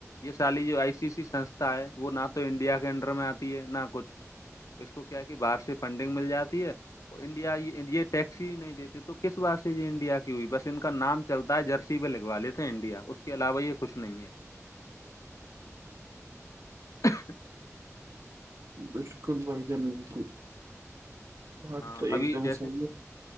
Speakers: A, on the left; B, on the right.
A: یہ سالی جو آئی سی سی سسھا ہے وہ نہ تو انڈیا کے انڈر میں آتی ہے نہ کچھ اس کو کیا کہ باہر سے فنڈنگ مل جاتی ہے انڈیا یہ ٹیکسی ہی نہیں دیتے تو کس بار سے یہ انڈیا کی ہوئی بس ان کا نام چلتا ہے جرسی پہ لگوا لیتے ہیں انڈیا اس کے علاوہ یہ کچھ نہیں ہے <inaudible>
B: بالکل بھائی جان بالکل بات
A: ہاں
B: تو ایک
A: ابھی
B: دم
A: جیسے
B: صحیح ہے